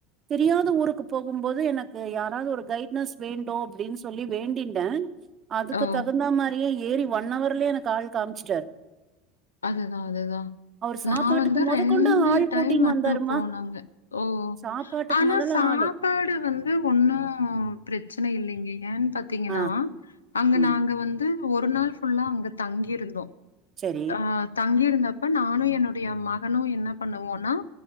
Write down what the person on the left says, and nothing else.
ஓ!
அதுனாலதா
நா வந்து
ரெண்டு
டைம்
மட்டு
போனாங்க ஓ
ஆனா
சாப்பாடு
வந்து ஒன்னா பிரச்சன இல்லேங்க ஏன்னு பாத்தீங்கன்னா
அங்க
நாங்க வந்து ஒரு நாள் ஃபுல்லா அங்க தங்கிருந்தோ
ஆஹ் தங்கி இருந்தப்ப நானு என்னுடைய மகனு என்ன பண்ணுவோனா